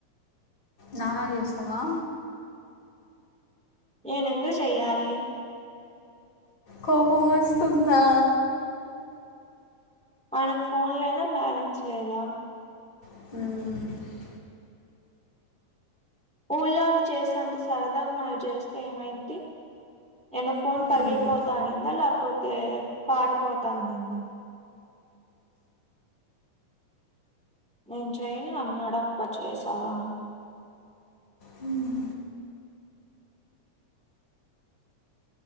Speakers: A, on the left; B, in the centre.
A: నాన్నకు చేస్తవా?
B: నేను ఎందుకు చెయ్యాలి
A: కోపమోస్తుందా!
B: ఆయనకు ఫోన్ లేదా, బ్యాలెన్స్ లేదా?
A: మ్మ్ఁ
B: ఊళ్ళోళ్ళు చేసేంత సరదాగా మనకు జేస్తే ఏమైద్ది. ఏన్న ఫోన్ పగిలిపోతా
A: మ్మ్.
B: అనిందా లేకపోతే, పారిపోతా అనిందా? నేను చెయ్యను అన్నాడా అక్క చేసావా అనీ?
A: హ్మ్ఁ